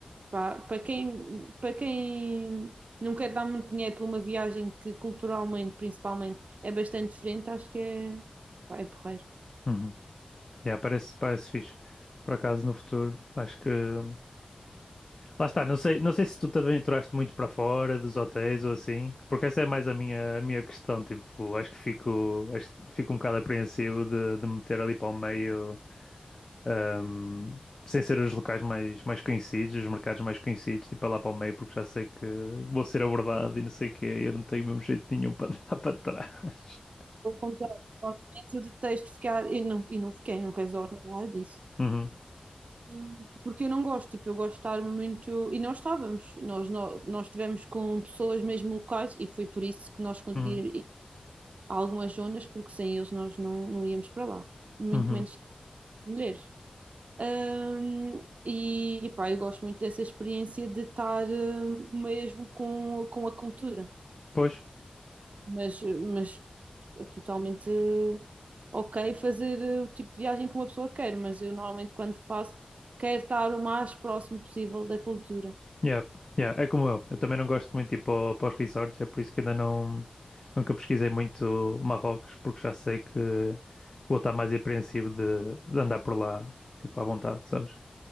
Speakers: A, on the right; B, on the left.
A: pá, Para quem, para quem não quer dar muito dinheiro por uma viagem que culturalmente, principalmente, é bastante diferente, acho que é, pá, é porreiro.
B: uhum. Yeah, parece, parece fixe. Por acaso, no futuro, acho que. hum, Lá está, não sei, não sei se tu te aventuraste muito para fora dos hotéis ou assim, porque essa é mais a minha, a minha questão, tipo, acho que fico, acho que fico um bocado apreensivo de, de meter ali para o meio, ahm, sem ser os locais mais, mais conhecidos, os mercados mais conhecidos, tipo, é lá para o meio, porque já sei que vou ser abordado e não sei o quê, eu não tenho mesmo jeito nenhum para <laughs> dar para trás.
A: Pelo contrário, normalmente eu detesto ficar, e não, e não fiquei num resort, nem nada disso.
B: Uhum,
A: Hum, Porque eu não gosto, tipo, eu gosto de estar muito. E nós estávamos, nós, nó- nós, estivemos com pessoas mesmo locais e foi por isso que nós conseguimos
B: uhum,
A: ir a algumas zonas, porque sem eles nós não, não íamos para lá, muito
B: uhum.
A: menos mulheres. Hum, e, e pá, eu gosto muito dessa experiência de estar hum, mesmo com, com a cultura.
B: Pois,
A: Mas, mas é totalmente ok fazer eh, o tipo de viagem que uma pessoa quer, mas eu normalmente quando faço, quero estar o mais próximo possível da cultura.
B: Yeah, yeah, é como eu. Eu também não gosto muito de ir para, para os resorts, é por isso que ainda não nunca pesquisei muito Marrocos, porque já sei que vou estar mais apreensivo de, de andar por lá, tipo, à vontade, sabes?